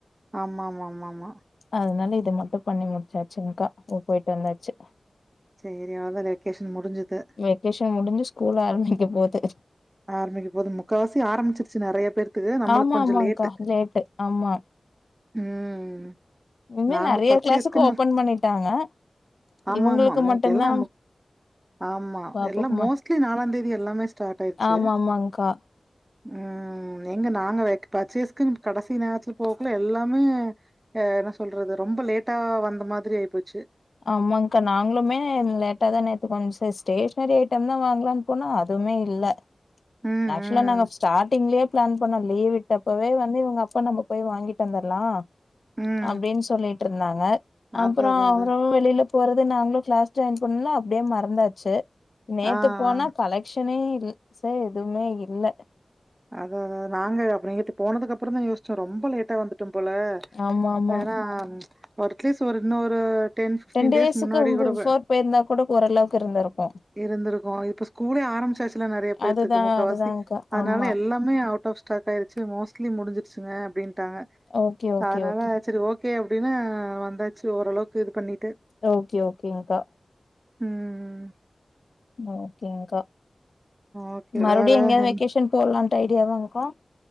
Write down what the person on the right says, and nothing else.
ஆமா ஆமா ஆமா ஆமா
சேரி அவ்ளதா இந்த வெக்கேஷன் முடிஞ்சுது
ஆரம்பிக்க போது முக்கால் வாசி ஆரம்பிச்சிருச்சு நறைய பேருக்கு இது நம்மளுக்
கொஞ்ச
லேட்டு
ம்
நாங்க
பர்ச்சேஸ்க்குன்னு
ஆமா
ஆமா மோ
எல்லா ஆமா
எல்லா மோஸ்ட்லி
நாளா தேதி எல்லாமே ஸ்டார்ட் ஆயிருச்சு
ம் ம் எங்க நாங்க பர்ச்சேஸ்க்குனு கடைசி நேரத்துல போகல எல்லாமே என்ன சொல்லறது ரொம்ப லேட்டா வந்த மாதிரி ஆயி போச்சு
ம்,
ம்,
ம்.
அதான், அதான், அதான்.
ஆ,
ஆ.
அதா அதா நாங்க அப்ப நேத்து போனதுக்கு அப்றோதா யோசிச்சோ ரொம்ப லேட்டா வந்துட்டோம்போல
எதுனா ஒரு அட்லீஸ்ட் ஒரு இன்னொரு
டேஸ் முன்னாடி
கூட ப
இருந்திருக்கு இப்ப ஸ்கூலே ஆரம்பிச்சாச்சில்ல நெறய பேத்துக்கு
முக்காவாசி
அதனால எல்லாமே அவுட் ஆஃப் ஸ்டாக் ஆயிருச்சு மோஸ்ட்லி முடிஞ்சிருச்சுங்க அப்டின்ட்டாங்க
அதனால
செரி ஓகே அப்டின்னு வந்தாச்சு ஓரளவுக்கு இது பண்ணிட்டு
ம்
ஓகே.
வேற
என்